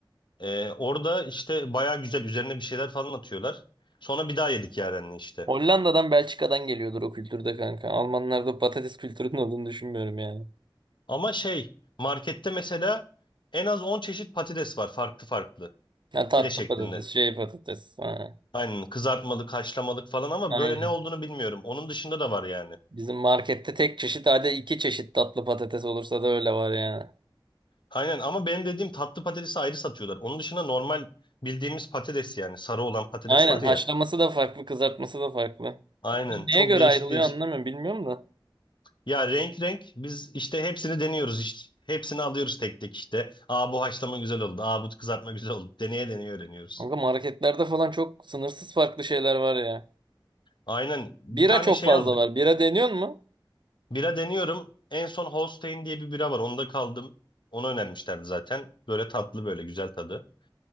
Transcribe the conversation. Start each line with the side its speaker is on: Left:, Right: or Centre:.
Left: Ee, orada işte baya güzel üzerine bir şeyler falan atıyorlar. Sonra bir daha yedik yarenle işte.
Right: Hollanda'dan Belçika'dan geliyordur o kültürde kanka. Almanlarda patates kültürünün olduğunu düşünmüyorum yani.
Left: Ama şey markette mesela en az 10 çeşit patates var farklı farklı
Right: Ha, tatlı
Left: file şeklinde.
Right: patates, şey patates. Ha,
Left: Aynen kızartmalık, haşlamalık falan ama
Right: aynen.
Left: böyle ne olduğunu bilmiyorum. Onun dışında da var yani.
Right: Bizim markette tek çeşit hadi iki çeşit tatlı patates olursa da öyle var yani.
Left: Aynen ama benim dediğim tatlı patatesi ayrı satıyorlar. Onun dışında normal bildiğimiz patates yani sarı olan patates
Right: Aynen
Left: var
Right: haşlaması
Left: ya.
Right: da farklı, kızartması da farklı.
Left: Aynen
Right: Neye
Left: çok
Right: göre
Left: değişik
Right: ayrılıyor
Left: değişik.
Right: anlamıyorum bilmiyorum da.
Left: Ya renk renk biz işte hepsini deniyoruz işte. Hepsini alıyoruz tek tek işte. Aa bu haşlama güzel oldu. Aa bu kızartma güzel oldu. Deneye deneye öğreniyoruz.
Right: Kanka marketlerde falan çok sınırsız farklı şeyler var ya.
Left: Aynen bir
Right: Bira
Left: tane
Right: çok
Left: şey
Right: fazla
Left: aldık.
Right: var. Bira deniyor mu?
Left: Bira deniyorum. En son Holstein diye bir bira var. Onda kaldım. Onu önermişlerdi zaten. Böyle tatlı böyle güzel tadı.